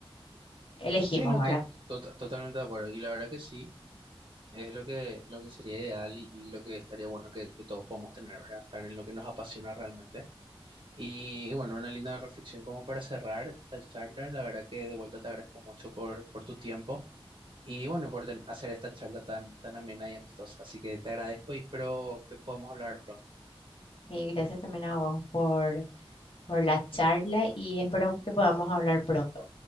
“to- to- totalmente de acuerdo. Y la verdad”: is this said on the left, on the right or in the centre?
Right